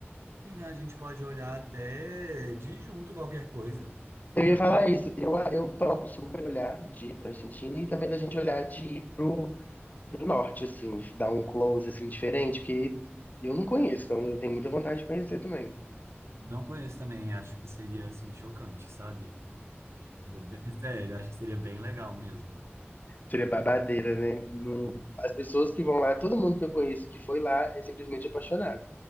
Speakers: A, on the right (about 80°); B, on the left (about 40°).
A: Sim, a gente pode olhar até de junto qualquer coisa.
B: Eu ia falar isso, eu, eu topo super olhar de ir pra Argentina e também da gente olhar de ir pro, pro norte, assim, dar um close assim, diferente, porque eu não conheço, então eu tenho muita vontade de conhecer também.
A: Não conheço também, acho que seria assim chocante, sabe? Seria bem- <laughs> Sério, acho que seria bem legal mesmo.
B: Seria babadeira, né? Não- As pessoas que vão lá, todo mundo que eu conheço que foi lá é simplesmente apaixonado.